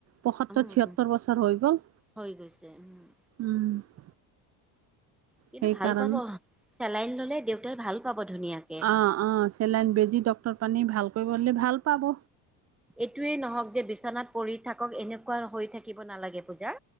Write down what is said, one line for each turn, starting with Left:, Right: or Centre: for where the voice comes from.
Right: পয়সত্তৰ
Centre: উম
Right: ছিয়ত্তৰ
Centre: উম,
Right: বছৰ হৈ গ'ল
Centre: হৈ গৈছে উম
Right: উম
Centre: কিন্তু
Right: সেইকাৰণে
Centre: ভাল পাব চেলাইন ল'লে দেউতাই ভাল পাব ধুনীয়াকে
Right: অ অ চেলাইন বেজী ডক্টৰ পানী ভাল কৰিব হ'লে ভাল পাব
Centre: এইটোয়ে নহওঁক যে বিচনাত পৰি থাকক এনেকুৱা হৈ থাকিব নালাগে পূজা